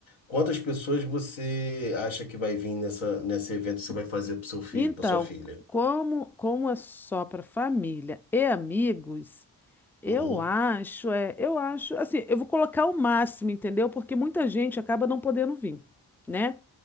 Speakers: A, on the left; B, in the centre.
A: quantas pessoas você acha que vai vir nessa, nesse evento que você vai fazer para seu filho,
B: Então,
A: para sua filha?
B: como, como é só para família e amigos, eu
A: Uhum.
B: acho, é, eu acho, assim, eu vou colocar o máximo, entendeu? Porque muita gente acaba não podendo vir, né?